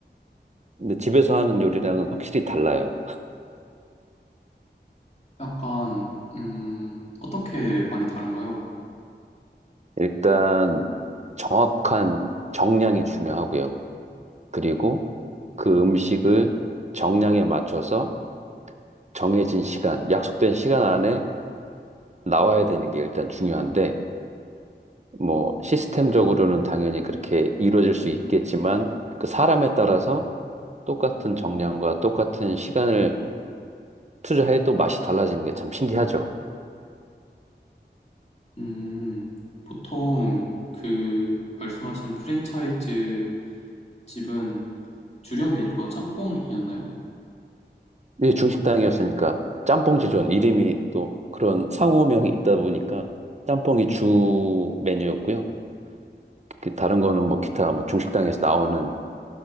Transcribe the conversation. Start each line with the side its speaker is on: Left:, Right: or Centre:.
Right: 근데 집에서 하는 요리랑은 확실히 달라요.
Left: 약간, 음, 어떻게 많이 다른가요?
Right: 일단 정확한 정량이 중요하고요. 그리고 그 음식을 정량에 맞춰서 정해진 시간, 약속된 시간 안에 나와야 되는 게 일단 중요한데, 뭐 시스템적으로는 당연히 그렇게 이루어질 수 있겠지만, 그 사람에 따라서 똑같은 정량과 똑같은 시간을 투자해도 맛이 달라지는 게 참 신기하죠.
Left: 음, 보통 그 말씀하신 프랜차이즈 집은 주력 메뉴가 짬뽕이었나요?
Right: 이게 중식당이었으니까 짬뽕 지존 이름이 또 그런 상호명이 있다 보니까 짬뽕이 주 메뉴였고요. 그 다른 거는 뭐 기타 뭐 중식당에서 나오는